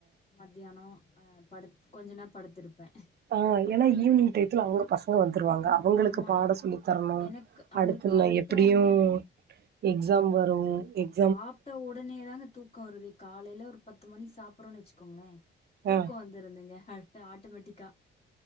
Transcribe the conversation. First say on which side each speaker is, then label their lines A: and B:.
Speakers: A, on the left; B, on the right.
A: மத்தியானோ ஆ படுத் கொஞ்ச நேர படுத்திருப்பே
B: ஆ
A: அப்புறோ
B: ஏனா ஈவினிங்
A: எங்
B: டைத்துல அவுங்க பசங்க வந்துருவாங்க அவுங்களுக்கு
A: ஆமா
B: பாட சொல்லி தரணு
A: எனக்கு அந்த
B: அடுத்து
A: கரெக்டா
B: நா எ ப்படியோ
A: அந்த
B: எக்ஸாம் வரு எக்
A: சாப்ட உடனே தாங்க தூக்கோ வருது காலேல ஒரு பத்து மணிக்கு சாப்புறோன் வச்சிக்கோங்கள தூக்கோ
B: அ
A: வந் இருந்தங்க கரெக்டா ஆட்டோமேட்டிக்கா